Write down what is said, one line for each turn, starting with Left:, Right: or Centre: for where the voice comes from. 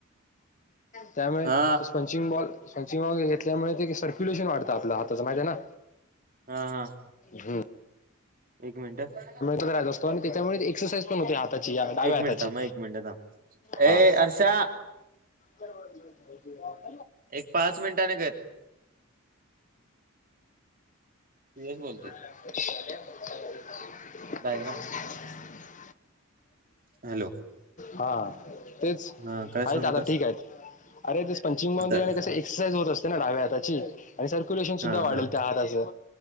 Left: त्यामुळे
Right: हा
Left: ते स्पंचिंग बॉल स्पंचिग बॉल घेतल्यामुळे ते सर्क्युलेशन वाढतं आपलं हाताच महिती आहे ना.
Right: हा हा
Left: हम्म.
Right: एक मिनट ह
Left: तो राहत असतो आणि त्याच्यामुळे एक्सरसाईज पण होते आता डाव्या
Right: एक मिनिट
Left: आताची
Right: थांब एक मिनिट थांब.
Left: हा.
Right: ए अर्षा
Left: बरोबर
Right: एक पाच मिनिटाने कर. सुयश
Left: <inaudible>
Right: बोलतोय. डायग्राम हॅलो
Left: हा तेच
Right: हा काय
Left: आहेत,
Right: सांगत
Left: आता
Right: होतास
Left: ठीक आहेत. अरे ते स्पचिंग बॉल
Right: आता
Left: दिल्याने कंस एक्सरसाईज होत असते ना डाव्या हाताची आणि सर्क्युलेशन सुद्धा
Right: हा
Left: वाढल
Right: हा
Left: त्या हाताचं.